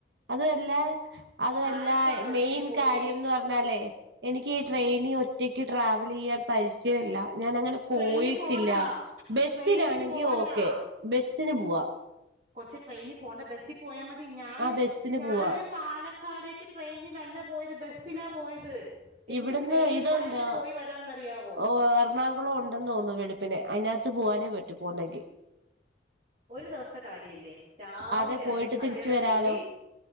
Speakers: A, on the right; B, on the right.
A: അതുവല്ല അതുവല്ലാ
B: പാലക്കാട് ഒറ്റക്ക്
A: മെയിൻ
B: പോയി
A: കാര്യന്ന് പർഞ്ഞാലേ എനിക്ക് ഈ
B: ഉം
A: ട്രെയിനി ഒറ്റക്ക് ട്രാവലെയ്യാൻ പരിചയല്ല ഞാനങ്ങനെ
B: ട്രെയിനി
A: പോയിട്ടില്ല.
B: പോണ്ടാ
A: ബസ്സിനാണെങ്കി
B: ട്രെയിനി പോണ്ടാ
A: ഓക്കെ ബസ്സിന് പോവാ.
B: കൊച്ചേ ട്രെയിനി പോണ്ട ബസ്സി പോയാ മതി ഞാന്
A: ആ ബസ്സിന്
B: ഞാന്
A: പോവാ
B: പാലക്കാടേക്ക് ട്രെയിനിലല്ല പോയത് ബസ്സിലാ പോയത്. എന്ത്
A: ഇവട്ന്ന്
B: സേഫ്
A: ഇതൊണ്ടോ
B: ആയിട്ട് പോയി വരാന്നറിയാവോ
A: ഓഹ് എർണാ കുളം ഉണ്ടെന്ന് തോന്ന്ന്നു വെളുപ്പിന് അയിനാത്ത് പോവാനേ പറ്റു പോവുന്നെങ്കി
B: ഒരു ദൊവസത്തെ കാര്യല്ലേ രാവിലെ
A: അതെ പോയിട്ട്
B: എറങ്ങി കല്യാണം
A: തിരിച്ചു വരാലോ
B: കൂടി